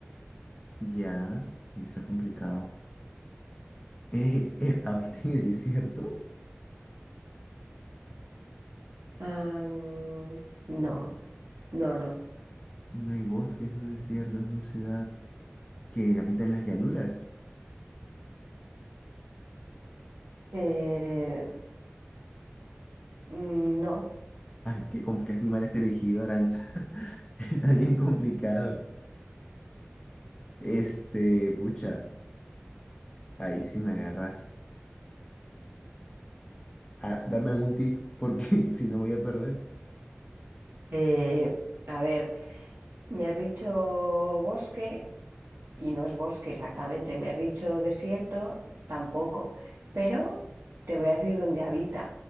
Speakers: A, on the left; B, on the right.
A: Ya. Y está complicado. Eh, eh, habita en el desierto.
B: Am, no, no, no.
A: No hay bosques, no desierto, no ciudad. Que habita en las llanuras.
B: Eh, mm, no.
A: Ay, ¿qué, com- qué animal es elegido, Aranza? <laughs> Está bien complicado. Este, pucha, ahí sí me agarras. Ah, dame algún tip, porque <laughs> si no voy a perder.
B: Eh, a ver, me has dicho bosque. y no es bosque exactamente. Me has dicho desierto, tampoco, pero te voy a decir dónde habita